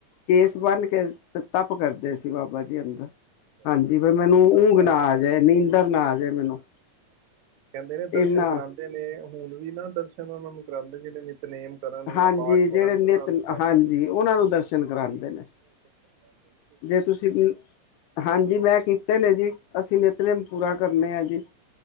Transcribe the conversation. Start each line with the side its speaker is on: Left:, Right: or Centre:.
Left: ਕੇਸ ਬੰਨ੍ਹ
Right: ਅੱਛਾ
Left: ਕੇ
Right: ਜੀ
Left: ਤੱਪ ਕਰਦੇ ਸੀ, ਬਾਬਾ ਜੀ ਅੰਦਰ,
Right: ਅੱਛਾ ਅੱਛਾ
Left: ਹਾਂਜੀ
Right: ਹਾਂ
Left: ਵੀ, ਮੈਨੂੰ
Right: ਪਰ
Left: ਉੱਘ
Right: ਮੈਂ
Left: ਨਾ ਆ ਜਾਏ ਨੀਂਦਰ, ਨਾ ਆ ਜਾਵੇ ਮੈਨੂੰ
Right: ਕਹਿੰਦੇ ਨੇ, ਦਰਸ਼ਨ
Left: ਇਨਾ
Right: ਕਰਾਉਂਦੇ ਨੇ, ਹੁਣ ਵੀ ਨਾ ਦਰਸ਼ਨ ਉਹਨਾਂ ਨੂੰ ਕਰਾਉਂਦੇ, ਜਿਹੜੇ ਨਿਤਨੇਮ ਕਰਨ ਯਾ,
Left: ਹਾਂਜੀ
Right: ਪਾਠ
Left: ਜਿਹੜੇ
Right: ਕਰਨ, ਉਹਨਾਂ
Left: ਨਿਤ
Right: ਨੂੰ ਕਰਦੇ
Left: ਹਾਂਜੀ
Right: ਨੇ
Left: ਉਹਨਾਂ ਨੂੰ, ਦਰਸ਼ਨ ਕਰਾਉਂਦੇ ਨੇ
Right: ਹੁਣ ਦਰਸ਼ਨ ਕਦ ਦੇਨੇ।
Left: ਜੇ ਤੁਸੀਂ, ਹਾਂਜੀ ਮੈਂ ਕੀਤੇ ਨੇ ਜੀ, ਅਸੀਂ ਨਿਤਨੇਮ
Right: ਅੱਛਾ,
Left: ਪੂਰਾ ਕਰਨੇ ਹਾਂ ਜੀ।